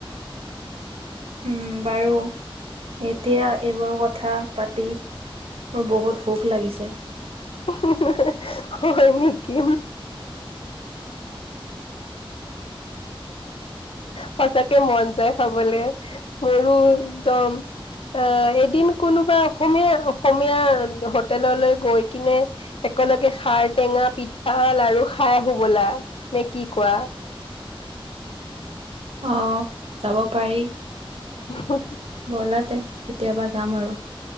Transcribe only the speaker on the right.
উম বাৰু এতিয়া এইবোৰ কথা পাতি মোৰ বহুত ভুক লাগিছে।
আহ যাব পাৰি।
বলাতে কেতিয়াবা যাম আৰু